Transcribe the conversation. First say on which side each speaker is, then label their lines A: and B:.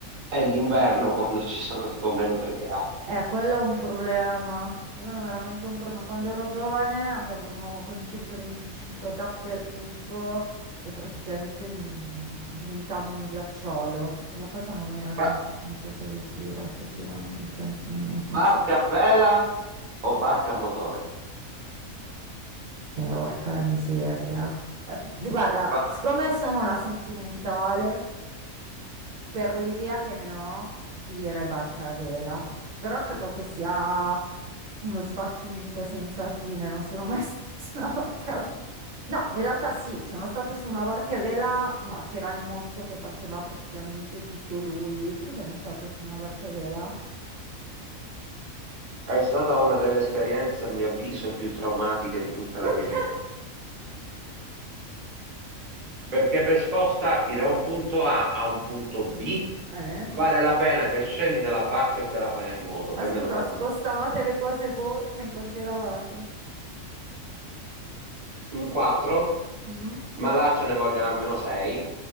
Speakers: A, on the right (about 40°); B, on the right (about 70°).
A: è l'inverno quando ci sono tipo meno 3 gradi.
B: eh, quello è un problema, quello è veramente un problema. Quando ero giovane andavamo con i 125 dappertutto e praticamente mi di- diventavo un ghiacciolo. Quella cosa non era tanto
A: Ba-
B: tanto positiva, effettivamente, non non funzionava.
A: barca a vela o barca a motore?
B: Eh, orca la miseria. Eh, guarda,
A: Ba-
B: siccome sono una sentimentale, per l'idea che ne ho, ti direi barca a vela. Però credo che sia uno sbattimento senza fine. Non sono mai <laughs> stata su una barca a vela. No, in realtà sì, sono stata su una barca a vela, ma c'era il mozzo che faceva praticamente tutto lui. Tu sei mai stato su una barca a vela?
A: è stata una delle esperienze, a mio avviso, più traumatiche di tutta
B: Perché?
A: la mia vita. Perché per spostarti da un punto A a un punto B
B: Eh?
A: vale la pena che scendi dalla barca e te la fai a nuoto,
B: Ma
A: fai
B: scusa,
A: meno fatica.
B: spostavate le cose voi? Cioè, in quanti eravate?
A: Un 4?
B: Mm?
A: ma là ce ne vogliono almeno sei.